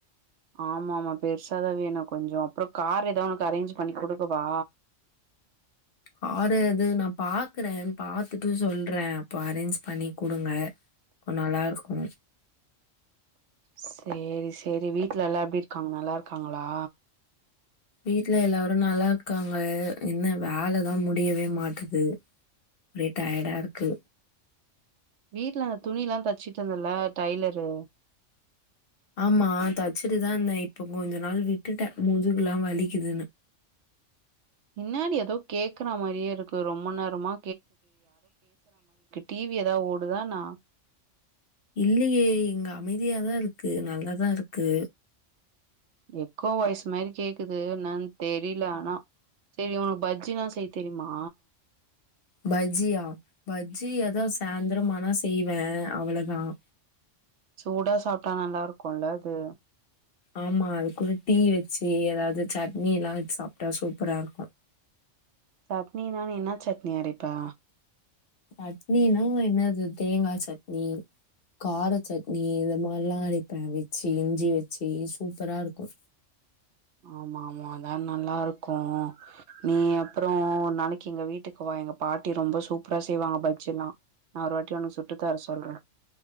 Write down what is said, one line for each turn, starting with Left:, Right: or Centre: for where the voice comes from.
Right: ஆம் மா ஆமா பெர்சாதா வேணு கொஞ்சோ அப்ற கார் எதா உனக்கு அரேஞ்ச் பண்ணி குடுக்கவா
Left: காரு அது நா பாக்குறேஜபாத்துட்டு சொல்றே அப்போ அரேஞ்ச் பண்ணி குடுங்க ப்ப நல்லாருக்கு
Right: சேரி சே சேரி வீட்ல எல்லாம் எப்டிர்க்காங்க நல்லாருக்காங்களா
Left: வீட்ல எல்லாரு நல்லார்க்காங்க என்ன வேலதா முடியவே மாட்டுது ஒரே டயடாருக்கு.
Right: வீட்ல துணில்லா தச்சிட்டு இருந்தல்ல டைலரு
Left: ஆமா தச்சிடு தான்ந்த இப்ப கொஞ்ச நாள் விட்டுட்ட முதுகுலா வலிக்குதுன்னு
Right: ன்னாடி ஏதோ கேக்குற மாறியே இருக்கு ரொம்ப நேர மா டிவி ஏதா ஓடுதா என்னா
Left: இல்லியே இங்க அமைதியாதா இருக் க்கு நல்லாதா இருக்கு
Right: எ க்கோ வாய்ஸ் மாரி கேக்குது என்னான் தெரில ஆனா சேரி உனக்கு பஜ்ஜினா செய்ய தெரிமா
Left: பஜ்ஜியா? பஜ்ஜி அதா சாய்ந்திரமானா செய்வே அவ்வளதான்
Right: சூடா சாப் டா நல்லாருக்குல்ல அது
Left: ஆமா அது கூட டீ வச்சு எதாது சட்னிலா வச் சாப்ட்டா சூப்பராருக்கு
Right: சட்னினா நீ இன்னா சட்னி அரைப் ப்ப
Left: சட்னினா என்னது தேங்கா சட்னி கார சட்னி இந்த மாரிலா அரப்பேன் வச்சு இஞ்சி வச்சு சூப்பராருக்கும்
Right: ஆமா ஆமா அதா நல்லாருக்கு நீ அப்றம் ஒரு நாளைக்கு எங்க வீட்டுக்கு வா எங் பாட்டி ரொம்ப சூப்ரா செய்வாங்க பஜ்ஜில்லா நா ஒரு வாட்டி உனக் சுட் ட்டு தர சொல்றே